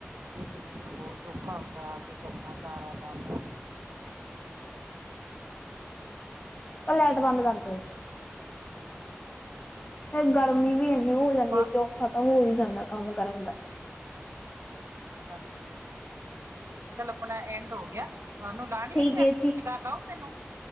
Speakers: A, on the right (about 85°); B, on the left (about 35°).
A: ਨੀ ਤੇ ਮੈਨੂੰ ਬੋਤ ਔਖਾ ਹੁੰਦੈ, ਆ ਕੇ ਕਰਨਾ ਸਾਰਾ ਕੰਮ।
B: ਓ ਲੈਟ ਬੰਦ ਕਰ ਦੋ। ਫੇਰ ਗਰਮੀ ਵੀ ਇੰਨੀ ਹੋ ਜਾਂਦੀ
A: ਪਾ
B: ਏ ਕਿ ਔਖਾ ਤਾਂ ਹੋ ਹੀ ਜਾਂਦੈ ਕੰਮ ਕਰਨ ਦਾ।
A: ਹਾਂਜੀ ਹਾਂਜੀ! ਚੱਲ ਆਪਣਾ ਐਂਡ ਹੋ ਗਿਆ! ਤੁਆਨੂੰ ਲਾਣੀ
B: ਠੀਕ
A: ਏ ਕਿ ਫੇਰ?
B: ਹੈ
A: ਤੁਸੀਂ ਕਾਲ ਆਓ ਮੈਨੂੰ।